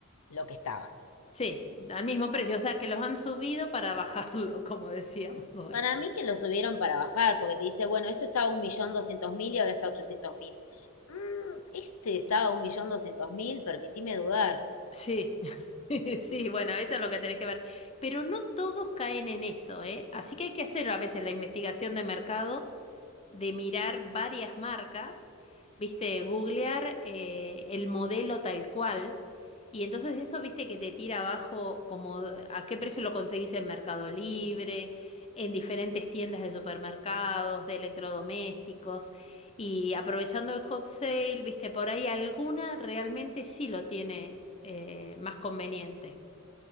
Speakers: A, on the left; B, on the left.
A: lo que estaban.
B: Sí, al mismo precio. O sea, que los han subido para <laughs> bajarlo, como decíamos hoy.
A: Para mí que lo subieron para bajar, porque te dice, bueno, esto estaba un millón doscientos mil y ahora está ochocientos mil. Mm, este estaba un millón doscientos mil, permitime dudar.
B: Sí, <laughs> sí, bueno, eso es lo que tenés que ver. Pero no todos caen en eso, ¿eh? Así que hay que hacer a veces la investigación de mercado de mirar varias marcas, viste, de googlear eh, el modelo tal cual. Y entonces eso, viste, que te tira abajo como de- a qué precio lo conseguís en Mercado Libre, en diferentes tiendas de supermercados, de electrodomésticos. Y aprovechando el hot sale, viste, por ahí alguna realmente sí lo tiene eh, más conveniente.